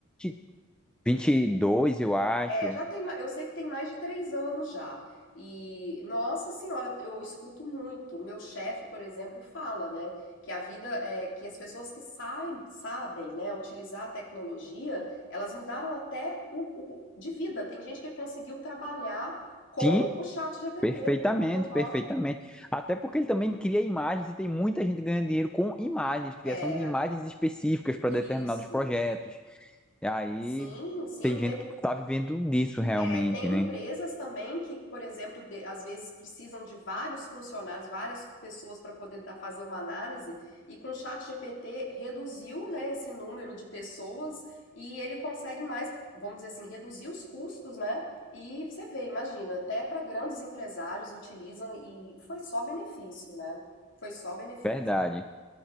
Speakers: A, in the centre; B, on the left.
A: 2022, eu acho.
B: É, já tem, ma- eu sei que tem mais de três anos já. E, nossa senhora, eu escuto muito. Meu chefe, por exemplo, fala, né, que a vida é que as pessoas que sai- sabem, né, utilizar a tecnologia, elas mudaram até o, o- de vida. Tem gente que conseguiu trabalhar com
A: Sim,
B: o chat GPT.
A: perfeitamente,
B: Aham.
A: perfeitamente. Até porque ele também cria imagens e tem muita gente ganhando dinheiro com imagens, criação
B: É,
A: de imagens específicas para
B: isso.
A: determinados projetos. E aí
B: Sim, sim,
A: tem gente
B: teve
A: que tá vivendo disso realmente,
B: É, tem
A: né?
B: empresas também que, por exemplo, de- às vezes precisam de vários funcionários, várias pessoas para poder dar- fazer uma análise, e com o chat GPT reduziu, né, esse número de pessoas e ele consegue mais, vamos dizer assim, reduzir os custos, né? E você vê, imagina, até para grandes empresários utilizam e foi só benefício, né? Foi só benefício.
A: Verdade.